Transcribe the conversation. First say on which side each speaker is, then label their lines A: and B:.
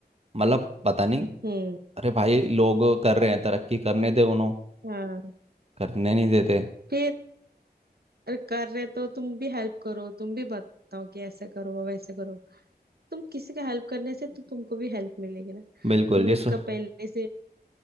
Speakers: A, on the right; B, on the right.
A: मतलब पता नहीं
B: हम्म
A: अरे भाई लोग कर रहे हैं तरक्की करने दे उन्हों
B: हाँ
A: करने नहीं देते
B: फिर अरे कर रहे तो तुम भी हेल्प करो तुम भी बताओ कि ऐसे करो वैसे करो तुम किसी का हेल्प करने से तो तुमको भी हेल्प मिलेगी ना
A: बिल्कुल
B: तुम
A: ये
B: उसका
A: सो
B: पहले से